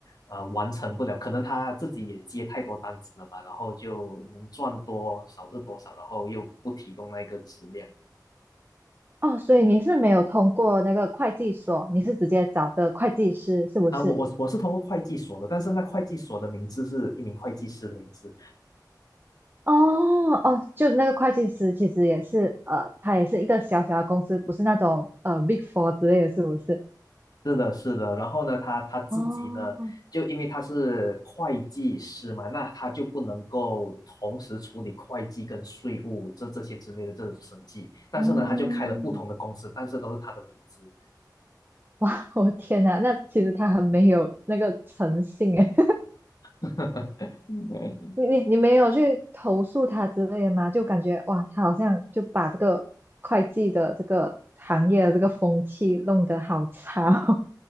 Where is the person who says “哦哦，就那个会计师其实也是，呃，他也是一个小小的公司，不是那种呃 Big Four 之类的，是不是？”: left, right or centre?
Right